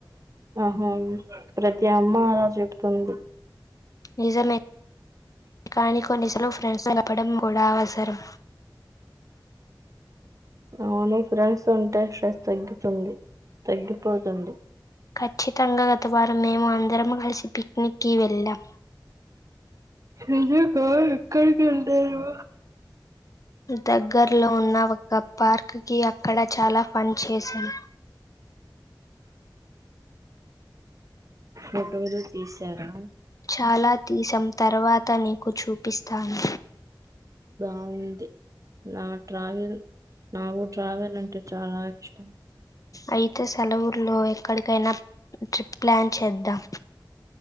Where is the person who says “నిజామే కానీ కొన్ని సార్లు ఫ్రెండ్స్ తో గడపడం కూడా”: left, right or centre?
Left